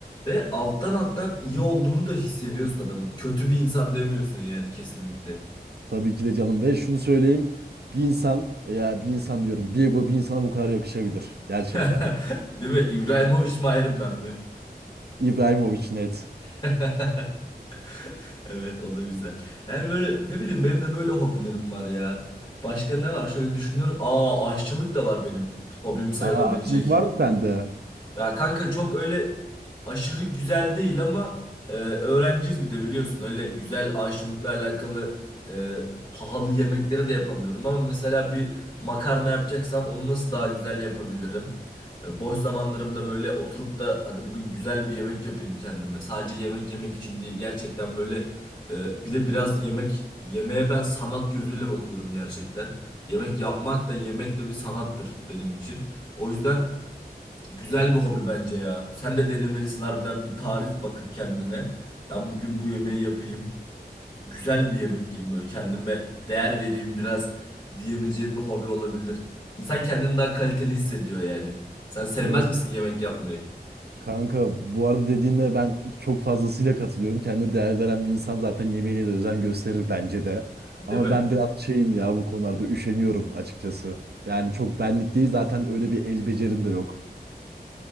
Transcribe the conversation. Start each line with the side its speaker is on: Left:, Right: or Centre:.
Left: ve alttan alttan iyi olduğunu da hissediyorsun adamın. Kötü bir insan demiyorsun yani kesinlikle.
Right: Tabii ki de canım ve şunu söyleyeyim. Bir insan ya bir insan diyorum. Bir ego bir insana bu kadar yakışabilir. Gerçekten.
Left: <laughs> Değil mi? İbrahimovic mi ayrım ben mi?
Right: İbrahimovic net.
Left: <laughs> Evet o da güzel. Yani böyle ne bileyim benim de böyle hobilerim var ya. Başka ne var? Şöyle düşünüyorum. Aa aşçılık da var benim. Hobim sayılabilecek.
Right: Aa, açılık var mı sende?
Left: Ya kanka çok öyle aşırı güzel değil ama e, öğrenciyiz bir de biliyorsun. Öyle güzel aşçılıkla alakalı e, pahalı yemekleri de yapamıyorum. Ama mesela bir makarna yapacaksam onu nasıl daha güzel yapabilirim? E, boş zamanlarımda böyle oturup da hadi bugün güzel bir yemek yapayım kendime. Sadece yemek yemek için değil gerçekten böyle e, bir de biraz yemek yemeğe ben sanat gözüyle bakıyorum gerçekten. Yemek yapmak da yemek de bir sanattır benim için. O yüzden... Güzel bir hobi bence ya. Sen de denemelisin harbiden bir tarif bakıp kendine. Ben bugün bu yemeği yapayım. Güzel bir yemek yiyeyim böyle kendime değer vereyim biraz diyebileceğim bir hobi olabilir. İnsan kendini daha kaliteli hissediyor yani. Sen sevmez
Right: Evet.
Left: misin yemek yapmayı?
Right: Kanka bu arada dediğinde ben çok fazlasıyla katılıyorum. Kendine değer veren bir insan zaten yemeğine de özen gösterir bence de.
Left: Değil
Right: Ama
Left: mi?
Right: ben biraz şeyim ya bu konularda üşeniyorum açıkçası. Yani çok benlik değil zaten öyle bir el becerim de yok.